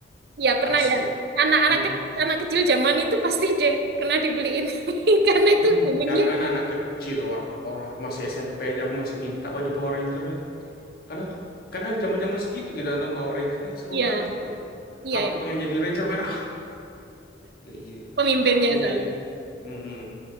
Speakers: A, on the right; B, on the left.
A: Iya
B: asli.
A: pernah ya. Anak-anak
B: Mm-mm.
A: ke- anak kecil zaman itu pasti deh pernah dibeliin <laughs> karena itu
B: Mm.
A: boomingnya.
B: Jangan kan anak kecil, orang, orang aku masih SMP aja aku masih minta baju Power Ranger itu. Karena tuh, karena zaman-zaman segitu kita nonton Power Ranger kan seru
A: Iya,
B: banget tuh.
A: iya,
B: Aku
A: emang.
B: pengen jadi Ranger merah. Ya iya,
A: <laughs> pemimpinnya
B: Nah, aku
A: soalnya.
B: jadi, mm